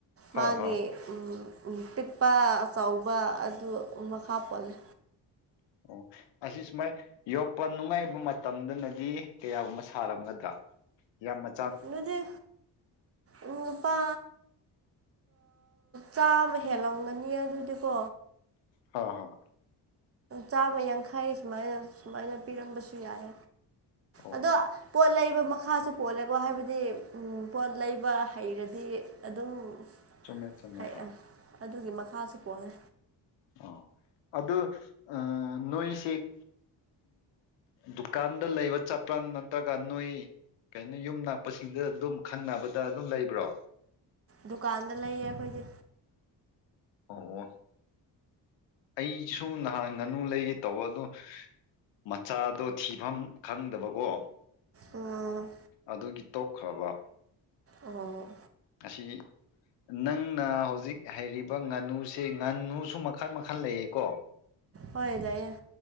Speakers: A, on the left; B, on the right.
A: ꯍꯣꯏ
B: ꯃꯥꯒꯤ
A: ꯍꯣꯏ
B: ꯎꯝ ꯎꯝ ꯄꯤꯛꯄ ꯑꯆꯧꯕ ꯑꯗꯨ ꯃꯈꯥ ꯄꯣꯜꯂꯦ
A: ꯑꯣ ꯑꯁꯤ ꯁꯨꯃꯥꯏ ꯌꯣꯛꯄ ꯅꯨꯡꯉꯥꯏꯕ ꯃꯇꯝꯗꯨꯅꯗꯤ ꯀꯌꯥꯒꯨꯝꯕ ꯁꯥꯔꯝꯒꯗ ꯌꯥꯝꯃ
B: ꯗꯨꯗꯤ ꯎꯝ ꯅꯨꯨꯄꯥ ꯆꯥꯃ ꯍꯦꯜꯂꯝꯒꯅꯤ ꯑꯗꯨꯗꯤꯀꯣ
A: ꯍꯥ ꯍꯥ
B: ꯆꯥꯝꯃ ꯌꯥꯡꯈꯩ ꯁꯨꯃꯥꯏꯅ ꯁꯨꯃꯥꯏꯅ ꯄꯤꯔꯝꯕꯁꯨ ꯌꯥꯏ
A: ꯑꯣ
B: ꯑꯗꯣ ꯄꯣꯠ ꯂꯩꯕ ꯃꯈꯥꯁꯨ ꯄꯣꯠꯂꯦꯀꯣ ꯍꯥꯏꯕꯗꯤ ꯄꯣꯠ ꯂꯩꯕ ꯍꯩꯔꯗꯤ ꯑꯗꯨꯝ ꯎꯝ
A: ꯆꯨꯝꯃꯦ ꯆꯨꯝꯃꯦ
B: ꯍꯩ-ꯑꯗꯨꯒꯤ
A: ꯍꯣꯏ
B: ꯃꯈꯥꯁꯨ ꯄꯣꯜꯂꯦ
A: ꯑꯣ ꯑꯗꯨ ꯑ ꯅꯣꯏꯁꯦ ꯎ ꯗꯨꯀꯥꯟꯗ ꯂꯩꯕ ꯆꯠꯄ꯭ꯔꯥ ꯅꯠꯇ꯭ꯔꯒ ꯅꯣꯏ ꯀꯩꯅꯣ ꯌꯨꯝ ꯅꯛꯄꯁꯤꯡꯗ ꯑꯗꯨꯝ ꯈꯪꯅꯕꯗ ꯑꯗꯨꯝ ꯂꯩꯕ꯭ꯔꯣ
B: ꯗꯨꯀꯥꯟꯗ ꯂꯩꯌꯦ ꯑꯩꯈꯣꯏꯗꯤ
A: ꯑꯣ ꯑꯩꯁꯨ ꯅꯍꯥꯟ ꯉꯥꯅꯨ ꯂꯩꯒꯦ ꯇꯧꯕ ꯑꯗꯨꯗꯣ ꯃꯆꯥꯗꯣ ꯊꯤꯐꯝ ꯈꯪꯗꯕꯀꯣ
B: ꯑꯣ
A: ꯑꯗꯨꯒꯤ ꯇꯣꯛꯈ꯭ꯔꯕ
B: ꯑꯣ
A: ꯊꯤ ꯅꯪꯅ ꯍꯧꯖꯤꯛ ꯍꯥꯏꯩꯔꯤꯕ ꯉꯥꯅꯨꯁꯤ ꯑꯦ ꯉꯥꯅꯨꯁꯨ ꯃꯈꯜ ꯃꯈꯜ ꯂꯩꯌꯦꯀꯣ
B: ꯍꯣꯏ ꯂꯩꯑ